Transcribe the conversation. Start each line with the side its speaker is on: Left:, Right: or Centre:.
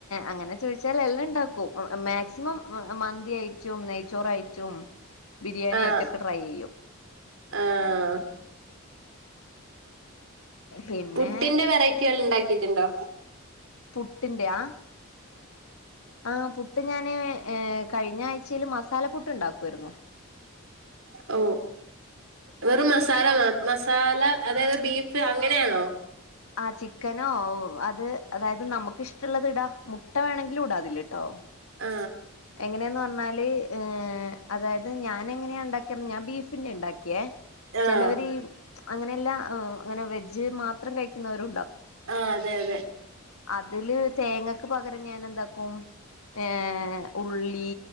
Left: അങ്ങനെ ചോദിച്ചാൽ എല്ലാം ഉണ്ടാക്കും മാക്സിമം മ തി ച്ചും നെയ്ച്ചോറായിട്ടും ബിരിയാണി
Right: ആഹ്
Left: ആയിട്ടൊക്കെ ട്രൈ ചെയ്യും
Right: ആഹ്
Left: പിന്നെ
Right: പുട്ടിന്റെ വെറൈറ്റികൾ ഉണ്ടാക്കിട്ടുണ്ടോ
Left: പുട്ടിന്റെയാ ആ പുട്ട് ഞാന് ഏ കഴിഞ്ഞ ആഴ്ചൽ മസാല പുട്ട് ഉണ്ടാക്കുവായിരുന്നു
Right: ഓ വെറും മസാല മാ മസാല അതായത് ബീഫ് അങ്ങനെയാണോ
Left: ആ ചിക്കനോ അത് അതായത് നമുക്കിഷ്ടള്ളത് ഇടാ മുട്ട വേണങ്കിലും ഇടാ അതില് ട്ടോ
Right: ആ
Left: എങ്ങനെയെന്ന് ന്നാല് അതായത് ഞൻ എങ്ങനെയണ്ടാ ക്ക ഞാൻ ബീഫിനെ ഇണ്ടാക്കിയെ
Right: ആഹ്
Left: ചെലവര് അങ്ങനെയല്ല അങ്ങനെ വെജ് മാത്രം കഴിക്കുന്നവരു
Right: ആഹ് അതെ അതെ
Left: അതില് തേങ്ങക്ക് പകരം ഞാൻ എന്താക്കും ഏ ഉള്ളി,